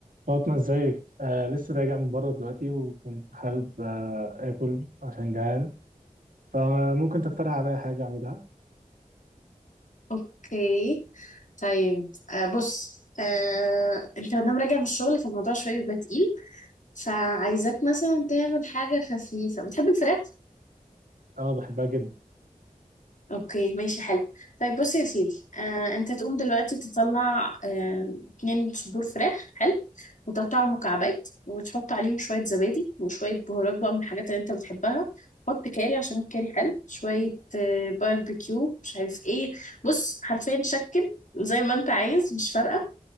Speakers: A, on the right; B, on the left.
A: فاطمة ازيك؟ آه لسه راجع من بره دلوقتي وكنت حابب آه آكل عشان جعان فممكن تقترح عليا حاجة أعملها؟
B: اوكي طيب آه بص آه انت لما راجع من الشغل فالموضوع شويه بيبقى تقيل فعايزاك مثلا تعمل حاجه خفيفه بتحب الفراخ
A: أه بحبها جدا
B: اوكي ماشي حلو طيب بص يا سيدي آه انت تقوم دلوقتي تطلع آه اتنين صدور فراخ حلو وتقطعهم مكعبات وتحط عليهم شويه زبادي وشويه بهارات بقى من الحاجات اللي انت بتحبها حط كاري عشان الكاري حلو شويه آه، باربيكيو مش عارف ايه بص حرفيا شكل زي ما انت عايز مش فارقه